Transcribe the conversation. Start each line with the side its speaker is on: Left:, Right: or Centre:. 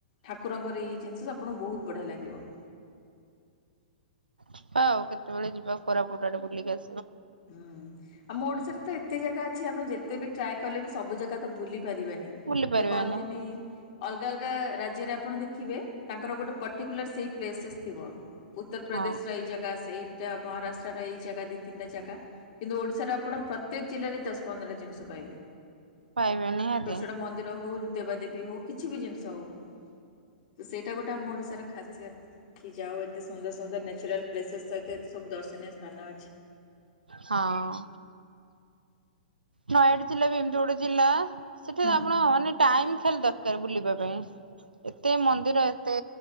Left: ଠାକୁରକଂର ଇଏ ଜୀନଷ ଆପଣଙ୍କୁ ବହୁତ ବଢିଆ ଲାଗିବ।
Right: ଯିବା ଆଉ କେତେବେଳେ ଯିବା କୋରାପୁଟ ଟେ ବୁଲିକି ଆସି
Left: ହୁଁ ଆମ ଓଡିଶାରେ ତ ଏତେ ଜାଗା ଅଛି। ଆମେ ଯେତେ ବି ଟ୍ରାଏ କଲେ ବି ସବୁ ଜାଗା ତ ବୁଲି ପାରିବାନି
Right: ବୁଲି ପାରିବାନି
Left: ଯୋଉ କହନ୍ତିନି ଅଲଗା ଅଲଗା ଅଲଗା ରାଜ୍ୟ ଆପଣ ଦେଖିବେ। ତାଙ୍କର ଗୋଟେ ପଟିକୁଲାର ସେ ପ୍ଲେସେସ୍ ଥିବ। ଉତ୍ତରପ୍ରଦେଶର
Right: ହଁ
Left: ଏଇ ଜାଗା ସେଇଟା ମହାରାଷ୍ଟ୍ର ର ଏଇ ଜାଗା ଦି ତିନଟା ଜାଗା। କିନ୍ତୁ ଓଡିଶାର ଆପଣ ପ୍ରତ୍ୟେକ ଜିଲ୍ଲାରେ ଦଶ ପନ୍ଦର ଟା ଜିନିଷ ପାଇବେ?
Right: ପାଇବେ ନିହାତି
Left: ଛୋଟ ଛୋଟ ମନ୍ଦିର ହଉ ଦେବାଦେବୀ ହଉ କିଛି ବି ଜିନିଷ ହଉ। ତ ସେଇଟା ଗୋଟେ ଆମ ଓଡିଶାର ଖାସିୟତ। କି ଯାହାହଉ ଏତେ ସୁନ୍ଦର ସୁନ୍ଦର ନ୍ୟଚୁରାଲ ପ୍ଲେସେସ୍ ସହିତ ସବୁ ଦର୍ଶନୀୟ ସ୍ଥାନ ଅଛି।
Right: ହଁ। ନୟାଗଡ ଜିଲ୍ଲା ବି ଏମିତି ଗୋଟେ ଜିଲ୍ଲା। ସେଠି
Left: ହୁଁ
Right: ଆପଣ ମାନେ ଟାଇମ ହେଲେ ଦରକାର ବୁଲିବା ପାଇଁ। ଏତେ ମନ୍ଦିର ଏତେ